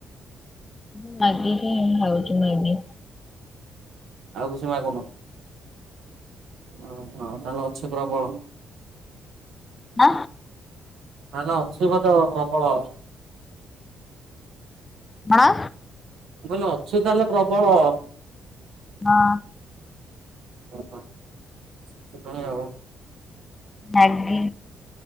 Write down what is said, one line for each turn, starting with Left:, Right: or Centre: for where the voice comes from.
Left: ମୁଁ ମାଗି କି ହିଁ ଖାଉଛି ମାଗି।
Right: ଆଉ କିଛି ମାଗୁନ? ଅହ ତାହଲେ ଅଛି ପ୍ରବଳ।
Left: ନା
Right: ତାହେଲେ ଅଛି ବଧେ ପ୍ରବଳ।
Left: କଣ?
Right: ମୁଁ କହିଲି ଅଛି ତାହେଲେ ପ୍ରବଳ।
Left: ହଁ।
Right: ଓ ହୋ ସେଥିପାଇଁ ଆଉ।
Left: ମ୍ୟାଗି